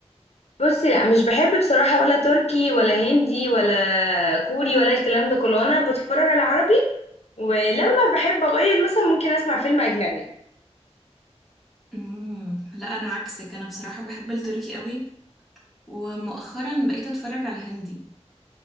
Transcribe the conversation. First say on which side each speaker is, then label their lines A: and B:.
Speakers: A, on the left; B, in the centre.
A: بصي لا مش بحب بصراحة ولا تركي ولا هندي ولا كوري ولا الكلام ده كله انا بتفرج على عربي ولما بحب اغير مثلا ممكن اسمع فيلم اجنبي
B: امم لا انا عكسك انا بصراحه بحب التركي قوي ومؤخرا بقيت اتفرج على هندي